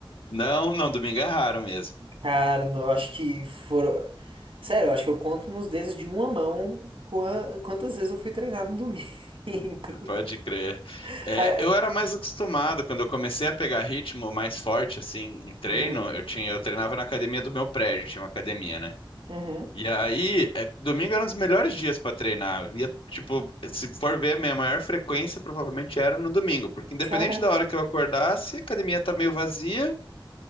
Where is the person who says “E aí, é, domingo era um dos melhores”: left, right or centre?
Left